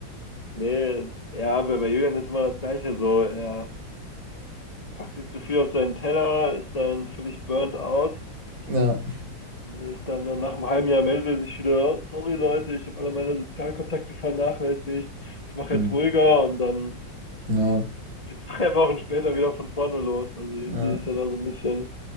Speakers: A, on the left (about 20°); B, on the right (about 85°).
A: Nee, ja, bei bei Julian ist immer das Gleiche so. Er packt sich zu viel auf seinen Teller, ist dann völlig burnt out,
B: ja.
A: ist dann äh, nach einem halben Jahr meldet er sich wieder, sorry Leute, ich habe alle meine Sozialkontakte vernachlässigt, ich mache
B: Hm.
A: jetzt ruhiger und dann
B: Ja.
A: jetzt <laughs> drei Wochen später wieder von vorne los. Also irgendwie
B: ja.
A: ist er da so ein bisschen.